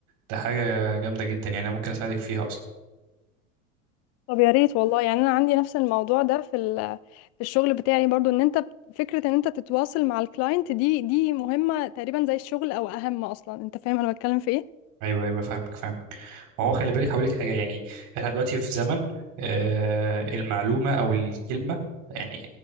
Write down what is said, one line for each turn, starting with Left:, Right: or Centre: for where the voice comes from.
Right: ده حاجة جامدة جدا يعني انا ممكن اساعدك فيها
Left: طب يا ريت والله يعني انا عندي نفس الموضوع ده في ال... في الشغل بتاعي برضو ان انت بت- فكره ان انت تتواصل مع الكلاينت دي دي مهمه تقريبا زي الشغل او اهم اصلا انت فاهم انا بتكلم في ايه
Right: ايوه ايوه فاهمك فاهمك ما هو خلي بالك هقول لك حاجه يعني احنا دلوقتي في زمن آه المعلومه او الكلمه يعني